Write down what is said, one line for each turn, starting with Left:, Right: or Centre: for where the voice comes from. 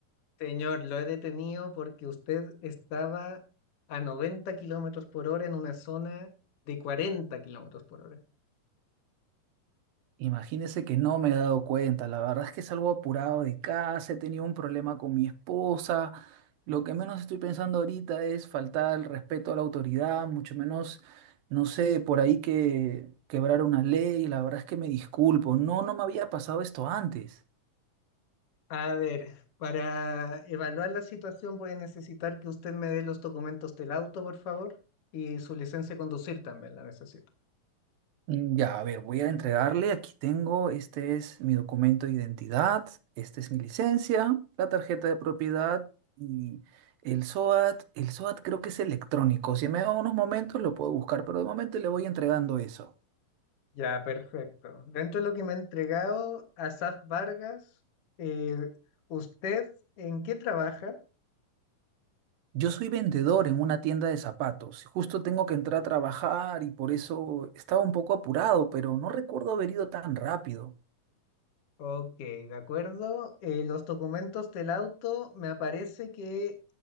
Left: Señor, lo he detenido porque usted estaba a 90 kilómetros por hora en una zona de 40 kilómetros por hora.
Right: Imagínese que no me he dado cuenta. La verdad es que salgo apurado de casa. He tenido un problema con mi esposa. Lo que menos estoy pensando ahorita es faltar el respeto a la autoridad, mucho menos, no sé, por ahí que quebrar una ley. La verdad es que me disculpo. No, no me había pasado esto antes.
Left: A ver, para evaluar la situación voy a necesitar que usted me dé los documentos del auto, por favor, y su licencia de conducir también la necesito.
Right: Mm, Ya, a ver, voy a entregarle. Aquí tengo, este es mi documento de identidad, esta es mi licencia, la tarjeta de propiedad y el SOAT. El SOAT creo que es electrónico. Si me da unos momentos lo puedo buscar, pero de momento le voy entregando eso.
Left: Ya, perfecto. Dentro de lo que me ha entregado, Asaf Vargas, eh, ¿usted en qué trabaja?
Right: Yo soy vendedor en una tienda de zapatos. Justo tengo que entrar a trabajar y por eso estaba un poco apurado, pero no recuerdo haber ido tan rápido.
Left: Ok, de acuerdo. Eh, los documentos del auto, me aparece que